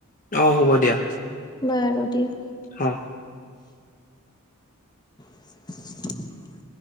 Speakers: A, on the left (about 35°); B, on the left (about 20°).
A: অ হ'ব দিয়া।
B: বাৰো দিয়া।
A: হ।
B: <inaudible>